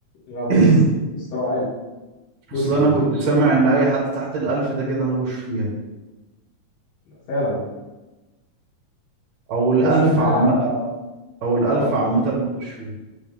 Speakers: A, on the left; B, on the right.
A: لا بص
B: <clears throat>
A: مستوى عالي بص
B: اصل
A: يا
B: انا
A: سيدي
B: كنت سامع ان اي حد تحت الالف ده كده ملوش فيها
A: فعلا
B: او الالف
A: في ناس كمان بتلعب
B: عامة
A: اه
B: او الالف
A: اه آه.
B: عامة ملوش فيها